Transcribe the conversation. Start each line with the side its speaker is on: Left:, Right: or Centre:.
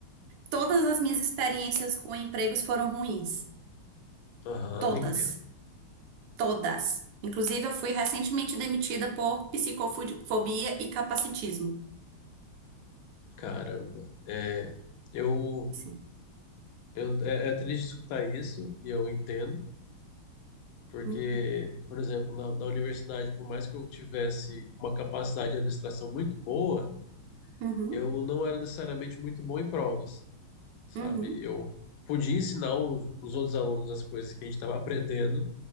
Right: todas as minhas experiências com empregos foram ruins.
Left: Aham,
Right: Todas,
Left: entendo.
Right: todas. Inclusive, eu fui recentemente demitida por psicofobia e capacitismo.
Left: Caramba. É, eu
Right: Sim.
Left: Eu, é, é triste escutar isso, e eu entendo, porque,
Right: Uhum,
Left: por exemplo, na, na universidade, por mais que eu tivesse uma capacidade de abstração muito boa,
Right: uhum,
Left: eu não era necessariamente muito bom em provas, sabe?
Right: uhum,
Left: Eu podia ensinar os, os outros alunos as coisas que a gente estava <laughs> aprendendo,